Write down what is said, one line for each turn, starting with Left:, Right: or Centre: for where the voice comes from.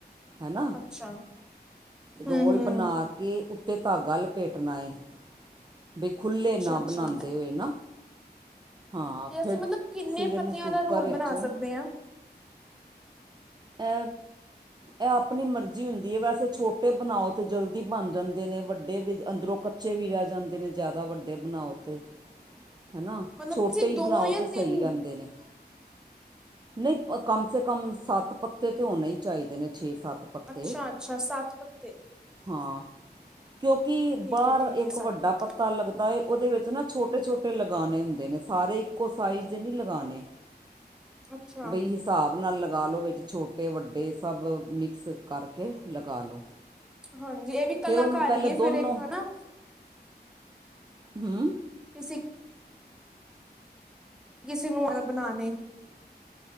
Right: ਹਨਾ
Centre: ਅੱਛਾ ਹਮ
Right: ਰੋਲ
Centre: ਹਮ
Right: ਬਣਾ ਕੇ ਉਤ- ਉਤੇ ਧਾਗਾ ਲਪੇਟਣਾ ਏ। ਬਈ ਖੁੱਲ੍ਹੇ
Centre: ਅੱਛਾ
Right: ਨਾ
Centre: ਅੱਛਾ
Right: ਬਣਾਦੇ ਓਏ ਨਾ। ਹਾਂ
Centre: ਤੇ ਅਸੀਂ
Right: ਫਿਰ
Centre: ਮਤਲਬ ਕਿੰਨੇ
Right: ਤੁਸੀਂ ਇਹਨੂੰ
Centre: ਪੱਤਿਆਂ
Right: ਕੁੱਕਰ
Centre: ਦਾ ਰੋਲ
Right: ਵਿੱਚ
Centre: ਬਣਾ ਸਕਦੇ ਆਂ।
Right: ਐ -ਐ ਆਪਣੀ ਮਰਜ਼ੀ ਹੁੰਦੀ ਏ। ਵੈਸੇ ਛੋਟੇ ਬਣਾਓ ਤੇ ਜਲਦੀ ਬਣ ਜਾਂਦੇ ਨੇ। ਵੱਡੇ ਵੀ ਅੰਦਰੋਂ ਕੱਚੇ ਵੀ ਰਹਿ ਜਾਂਦੇ ਨੇ ਜ਼ਿਆਦਾ ਵੱਡੇ ਬਣਾਓ 'ਤੇ। ਹਨਾ
Centre: ਮਤਲਬ
Right: ਛੋਟੇ
Centre: ਅਸੀਂ
Right: ਈ
Centre: ਦੋ
Right: ਬਣਾਓ
Centre: ਜਾਂ
Right: ਤੇ ਸਈ
Centre: ਤਿੰਨ
Right: ਰੇਂਦੇ ਨੇ। ਨਹੀਂ ਕਮ ਸੇ ਕਮ ਸੱਤ- ਪੱਤੇ ਤੇ ਹੋਣੇ ਈ ਚਾਈਦੇ ਨੇ। ਛੇ ਸੱਤ ਪੱਤੇ।
Centre: ਅੱਛਾ ਅੱਛਾ ਸੱਤ ਪੱਤੇ
Right: ਹਾਂ ਕਿਉਂਕਿ
Centre: ਠੀਕ
Right: ਬਾਰ
Centre: ਹੈ ਠੀਕ
Right: ਇੱਕ
Centre: ਹੈ ਸੱਤ
Right: ਵੱਡਾ
Centre: ਪੱਤੇ
Right: ਪੱਤਾ ਲੱਗਦਾ ਏ। ਉਦੇ ਵਿੱਚ- ਨਾ ਛੋਟੇ ਛੋਟੇ ਲਗਾਣੇ ਹੁੰਦੇ ਨੇ ਸਾਰੇ ਇੱਕੋ ਸਾਈਜ਼ ਦੇ ਨਹੀਂੀ ਲਗਾਣੇ
Centre: ਅੱਛਾ
Right: ਬਈ ਹਿਸਾਬ ਨਾਲ ਲੱ ਲਾਲ ਲੋ ਵਿੱਚ ਛੋਟੇ ਵੱਡੇ ਸਭ ਮਿਕਸ ਕਰਕੇ ਲਗਾ ਲਓ
Centre: ਹਾਂਜੀ ਇਹ ਵੀ ਕਲਾਕਾਰੀ
Right: ਫਿਰ ਉਹਨੂੰ ਪਹਿਲੇ
Centre: ਹੈ
Right: ਦੋਨੋਂ
Centre: ਫੇਿਰ ਇੱਕ ਹਨਾ
Right: ਹੰ
Centre: ਇਸੇ ਕਿਸੇ ਨੂੰ ਅ ਬਣਾਾਨ